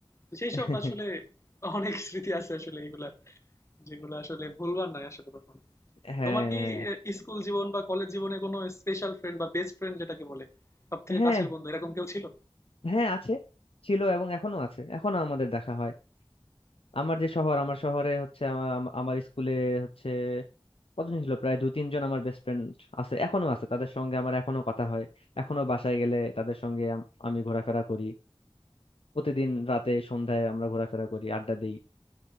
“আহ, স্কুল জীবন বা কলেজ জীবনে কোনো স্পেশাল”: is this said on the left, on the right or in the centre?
Left